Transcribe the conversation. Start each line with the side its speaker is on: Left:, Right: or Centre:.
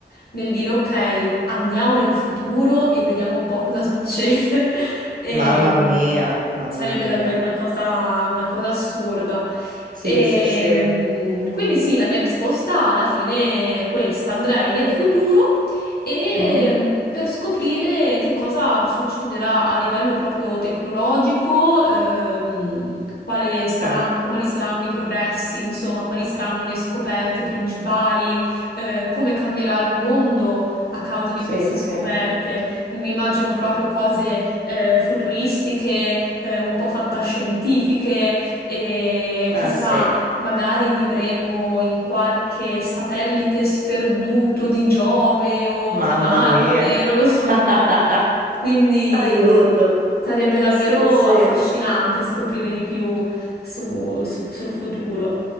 Left: nel dire ok, andiamo nel futuro e vediamo un po' cosa succede. <laughs> E,
Right: mamma
Left: mh,
Right: mia, mamma
Left: sarebbe
Right: mia.
Left: davvero una cosa, una cosa assurda.
Right: Sì,
Left: E,
Right: sì, sì.
Left: mh, quindi sì, la mia risposta alla fine è questa. Andrei nel futuro e
Right: Mm,
Left: mh, per scoprire che cosa succederà a livello proprio tecnologico, ehm, quale saran-
Right: certo.
Left: quali saranno i progressi, insomma, quali saranno le scoperte principali, eh, come cambierà il mondo a causa di
Right: Sì,
Left: queste
Right: sì.
Left: scoperte. Mi immagino proprio cose eh, futuristiche, eh, un po' fantascientifiche e
Right: Ah,
Left: chissà
Right: sì.
Left: Magari vivremo in qualche satellite sperduto di Giove o
Right: Mamma
Left: di Marte,
Right: mia.
Left: non lo so.
Right: <laughs>
Left: Mm. Quindi
Right: Aiuto.
Left: sì, sarebbe davvero
Right: Sì, sì.
Left: affascinante scoprire di più su- su- sul futuro.